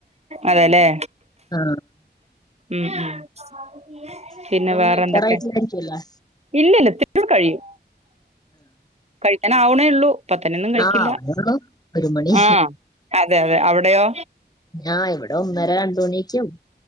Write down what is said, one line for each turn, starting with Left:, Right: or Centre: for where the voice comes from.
Right: അതെല്ലേ
Left: ആ
Right: ഉം ഉ പിന്നെ
Left: ഫുഡൊന്നും
Right: വേറെന്തൊക്കെ
Left: കഴിക്കാറായിട്ടില്ലായിരിക്കുവല്ലോ
Right: ഇല്ലല്ല കഴിയും കഴിക്കാനാ വണേ ഉള്ളൂ. ഇപ്പ തന്നെയൊന്നും കഴിക്കില്ല
Left: ആ ആവണുള്ളൂ ഒരു മണി
Right: ആഹ് അതെ അതെ അവിടെയോ
Left: ആ ഇവിടെ ഒന്നര രണ്ടണിയൊക്കെ ആവും.